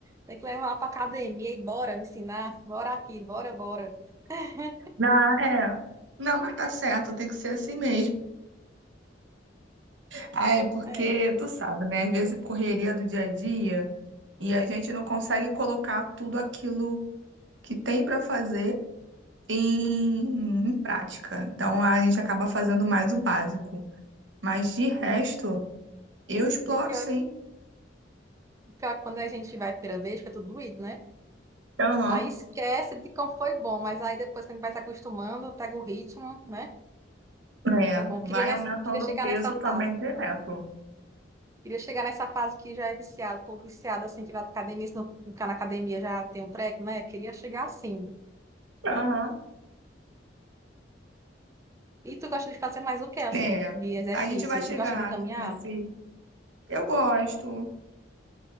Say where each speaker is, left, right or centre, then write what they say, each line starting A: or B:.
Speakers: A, on the right (about 15°); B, on the right (about 85°).
A: Tem que levar ela pra academia e bora me ensinar. Bora aqui, bora, bora. <laughs>
B: Na, é. Não, mas tá certo, tem que ser assim mesmo. Ah, é porque
A: É.
B: tu sabe, né? Às vezes a correria do dia a dia e a gente não consegue colocar tudo aquilo que tem para fazer em, em prática. Então a gente acaba fazendo mais o básico. Mas de resto, eu exploro
A: E o pior,
B: sim.
A: o pior é que quando a gente vai a primeira vez, fica tudo doído, né?
B: Aham.
A: Aí esquece de como foi bom, mas aí depois quando vai se acostumando, pega o ritmo, né?
B: É,
A: É bom,
B: vai
A: queria, nessa,
B: aumentando
A: queria
B: o
A: chegar
B: peso
A: nessa
B: também
A: fase.
B: direto.
A: Queria chegar nessa fase que já é viciado, tô viciado assim, que vai pra academia, se não ficar na academia já tem um treco, né? Queria chegar assim.
B: Aham.
A: E tu gosta de fazer mais o quê, assim,
B: É,
A: de exercício?
B: a gente vai chegar
A: Tu gosta de caminhar?
B: nesse. Eu gosto,